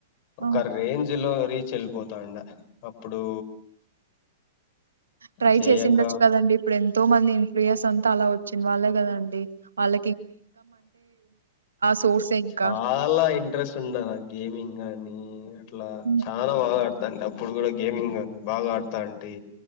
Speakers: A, on the right (about 85°); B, on the left (about 45°).
A: ఆ!
B: ఒక రేంజ్ లో రీచ్ వెళ్ళిపోతాండ అప్పుడు
A: ట్రై
B: చేయక
A: చేసి ఉండొచ్చు కదండి ఇప్పుడు ఎంతో మంది ప్రియస్ అంతా అలా వచ్చింది వాళ్ళే కదండి వాళ్ళ సోర్సే ఇంకా
B: చాలా ఇంట్రెస్ట్ ఉండ నా గేమింగ్ అనీ అట్లా
A: హ్మ్
B: చా బాగా ఆడతాం ఇప్పుడు కూడా గేమింగ్ కాని బాగా ఆడతా అంటే